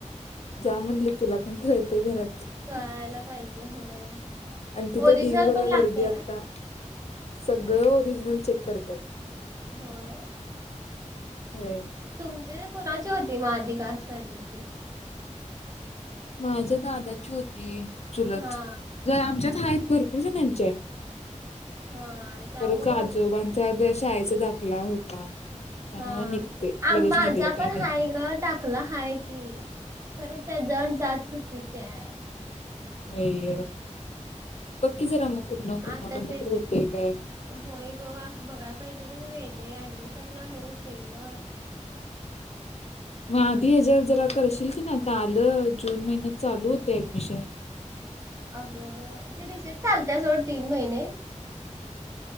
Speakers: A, on the left; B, on the right.
A: जा म्हणली तुला पण कळतंय घरातली
B: कळायला पाहिजे होय
A: आणि तिथं
B: ओरिजिनल
A: ढिग भरल्या
B: पण
A: गर्दी
B: लागतय
A: आता
B: ना
A: सगळं हो ओरिजनल चेक करतात.
B: होय
A: होय.
B: म्हणजे कोणाची होती म आधी कास्ट व्हॅलिडिटी?
A: माझ्या दादाची होती. चुलत
B: हा
A: जरा आमच्यात हायेत. भरपूर जणांच्या हाय.
B: हा त्यामुळे
A: परत का आजोबांचा
B: होत
A: दशा दाखला होता. त्यामुळे
B: हां
A: निघते
B: आ
A: लगेच
B: माझा
A: निघलं काय
B: पण
A: नाही.
B: हाय ग टाकलं हाय कि, खरं ते जण जात चुकीचे हायं.
A: हे य बघ की जरा मग कुठनं कुणाकडनं
B: आता ते
A: तर होतय काय.
B: होय ग असं बघायला पाहिजे कनाय वेट ते ऍडमिशनला हे होतंय ग
A: मग आधी ह्याच्यावर जरा करशील की नाय आता आलं जून महिन्यात चालू होतय ऍडमिशन.
B: अगं ती रिसिट चालत्या सोड तीन महिने